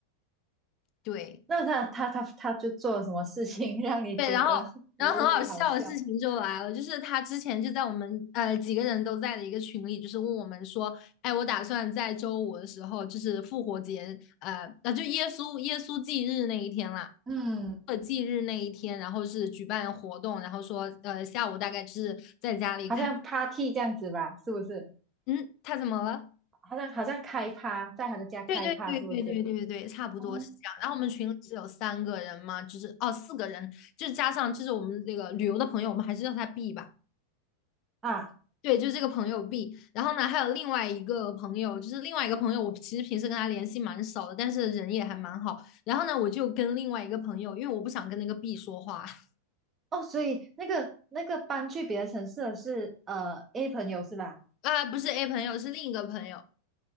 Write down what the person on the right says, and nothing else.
<laughs> 那他他他他就做了什么事情 <laughs> 让你觉得无语好笑？
嗯，
好像 party 这样子吧，是不是？
好像好像开趴，在他的家开趴，
是不是？
哦，
啊，
哦，所以那个那个搬去别的城市的是呃 A 朋友是吧？